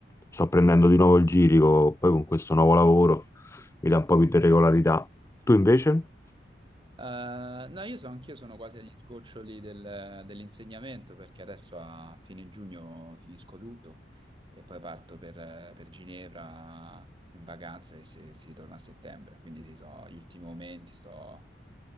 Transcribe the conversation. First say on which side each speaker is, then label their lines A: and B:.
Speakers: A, on the left; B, on the right.
A: sto prendendo di nuovo il girico, poi con questo nuovo lavoro mi dà un po' più di regolarità. Tu invece?
B: Eh, no, io so, anch'io sono quasi agli sgoccioli del- dell'insegnamento perché adesso a fine giugno finisco tutto e poi parto per, per Ginevra in vacanza e si, si ritorna a settembre. Quindi sì, so, gli ultimi momenti, sto,